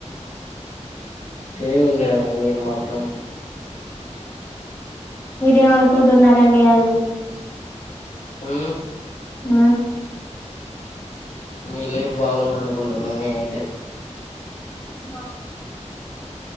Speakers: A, on the left; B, on the left.
A: తిని ఉండడంమే మీరు మాత్రం
B: మీరేమనుకుంటున్నారండి అది
A: ఉ
B: ఆ
A: మీ లైఫ్ బాగుందని అనుకుంటున్నా ను ఏట్
B: ఆ